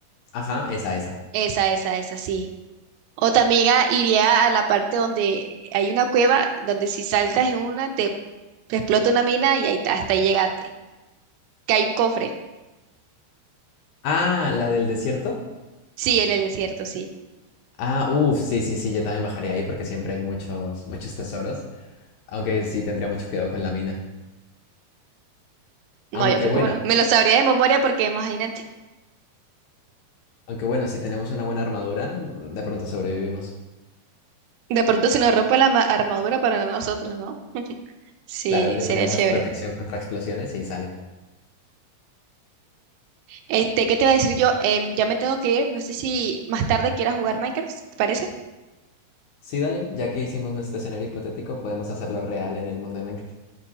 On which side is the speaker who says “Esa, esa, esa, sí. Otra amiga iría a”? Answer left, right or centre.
Right